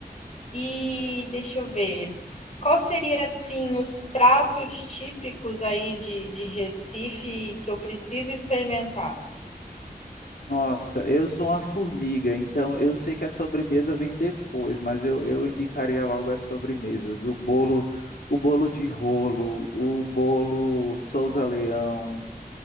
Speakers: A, on the left; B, on the left.
A: E deixa eu ver. Qual seria assim os pratos típicos aí de, de Recife que eu preciso experimentar?
B: Nossa, eu sou uma formiga, então eu sei que a sobremesa vem depois, mas eu, eu indicaria logo as sobremesas. O bolo, o bolo de rolo, o bolo Souza Leão,